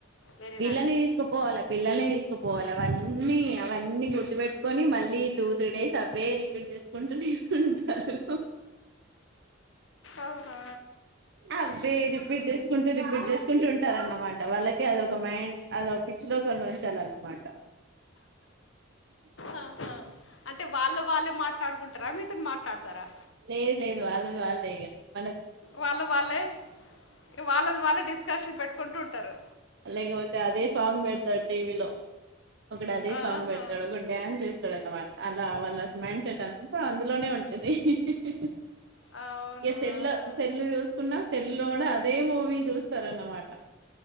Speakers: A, on the left (about 70°); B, on the right (about 60°).
A: వెళ్ళినా
B: పిల్లని
A: కానీ
B: తీసుకుపోవాలా పిల్లల్ని తీ స్కపోవాలి అవన్నీ అవన్నీ గుర్తుపెట్టుకొని మళ్ళీ టూ త్రీ డేస్ అవే రిపీట్ చెస్ కొంటునే ఉంటారు
A: అవునా
B: అవే రిపీట్ చేసుకుంటూ రిపీట్ చేసుకుంటూ అంటారన్న మాట వాళ్ళకి అది ఒక మైండ్ అదొ పిచ్చిలోకంలో ఉంచాలన్నమాట
A: ఆహా. అంటే వాళ్ళు వాళ్ళే మాట్లాడుకుంట్రా మీతోని మాట్లాడతారా
B: లేదు లేదు వాళ్ళదు వాళ్ళ మేఘ <unintelligible>
A: వాళ్ళ వాళ్ళే వాళ్ళది వాళ్ళే డిస్కషన్ పెట్టు కొంటుంటారు
B: అల్గ వతే అదే సాంగ్ బేడతారు టీ విలో ఒకడు అదే
A: ఆహా.
B: సాంగ్ పెడతాడు ఒక డ్యాన్స్ వేస్తాడు అనమాట అలా వాళ్ళ మైండ్ సెట్ అంతా అందులోనే ఉంటది హె హె హె
A: అవునా
B: ఈ సెల్ల సెల్లు చూస్తుకున్నా సెల్లోడా అదే మూవీ చూస్తారన్నమాట